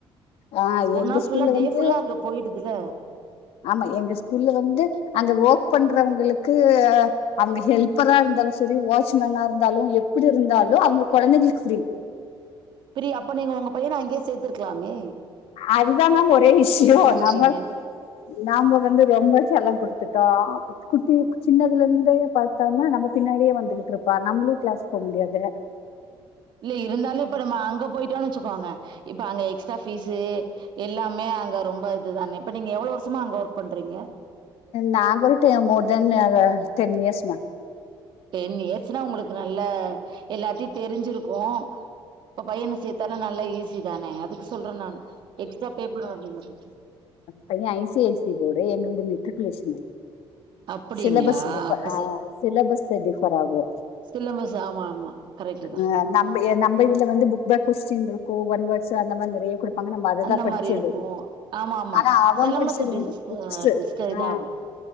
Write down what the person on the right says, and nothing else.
ஒரு
நாள்
ஃபுல்லா டே
ஃபுல்லா அங்க போயிடுதுல்ல
பிரி அப்ப நீங்க உங்க பையன அங்கயே சேத்துருக்கலாமே
விட்டீங்க
இல்ல இருந்தாலு இப்ப நம்ம அங்க போயிட்டோன்னு வெச்சுக்கோங்க இப்ப அங்க எக்ஸ்ட்ரா ஃபீஸு எல்லாமே அங்க ரொம்ப இதுதானே இப்ப நீங்க எவ்ளோ வருஷமா அங்க ஒர்க் பண்றீங்க
டென் இயர்ஸ்னா உங்களுக்கு நல்ல எல்லாத்தையு தெரிஞ்சிருக்கு இப்ப பையன சேத் தாலு நல்லா ஈஸி தானே அதுக்கு சொல்றே நானு எக்ஸ்ட்ரா பே பண்ண வேண்டியது வரு
அப்படிங்களா
அப்ப
சிலபஸு ஆமாமா கரெக்ட்டு
அந்த
மாரி
இருக்கும் ஆமா ஆமா
சிலம்பஸ்
டிஸ்
டிஸ்ட இதாகும்